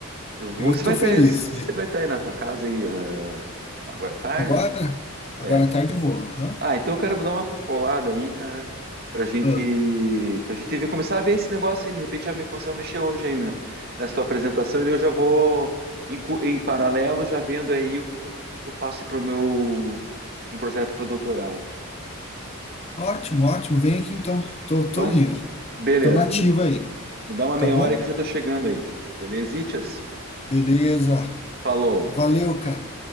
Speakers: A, on the right (about 45°); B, on the left (about 25°).
A: Eu vou,
B: Eu estou
A: você vai estar,
B: feliz
A: você
B: de
A: vai estar aí na tua casa aí, eh, agora à tarde?
B: Agora? Agora
A: É.
B: à tarde eu vou. Aham.
A: Ah, então, cara, eu vou dar uma colada aí, cara, pra gente,
B: Ah,
A: pra gente ver, começar a ver esse negócio aí, de repente já me começar a mexer hoje aí na, nessa tua apresentação, e daí eu já vou, em, cu- em paralelo, já vendo aí o que que eu, o que que eu faço para o meu, um projeto para o doutorado.
B: Ótimo, ótimo. Vem aqui então. Tô, tô
A: Então,
B: livre.
A: beleza.
B: Tô nativo
A: Me,
B: aí.
A: me dá uma
B: Tá
A: meia
B: bom?
A: hora que eu já tô chegando aí. Beleza, Itias?
B: Beleza.
A: Falou.
B: Valeu, cara.